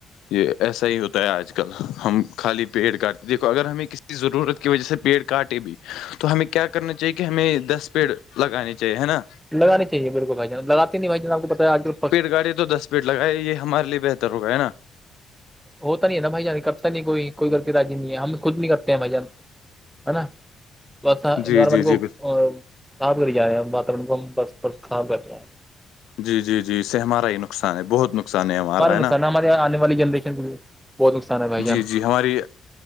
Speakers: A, on the left; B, in the centre.
A: یہ ایسا ہی ہوتا ہے آج کل ہم خالی پیڑ کاٹتے دیکو اگر ہمیں کسی ک ضرورت کی وجہ سے پیڑ کاٹے بھی تو ہمیں کیا کرنا چاہیے کہ ہمیں دس پیڑ لگانے چاہیے ہے نا
B: لگانی چاہے بالکل بھائی جان لگے ہی نہیں بھ جان آپ کو پتا آجلک
A: گاڑی تو دس پیٹ لگائےیا یہ ہمارے لیے بہتر ہو گیا ہے نا
B: ہوتا نہیں نا بھائی جان کرتا نہیں کوئی کوئی لطی رضی نہیں ہے ہم خود نہیں کرتا بھ جان ہے نا پ اوائرمنٹ
A: جی جی جی
B: کو خاب کر ج ہم بات رم کو ہم بس بس خراب کر کے ہیں
A: جی جی جی اس سے ہمارا ہی نقصان ہے بہت نقصان ہے ہمارا ہے
B: نقصان
A: نا
B: ہمارے آنے والی جنریشن بہت نقصان ہے بھائی جان
A: جی جی ہماری